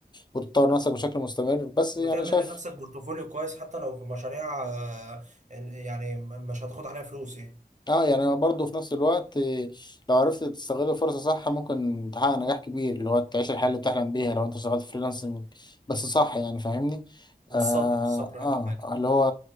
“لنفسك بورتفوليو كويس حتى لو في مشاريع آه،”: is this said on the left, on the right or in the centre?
Right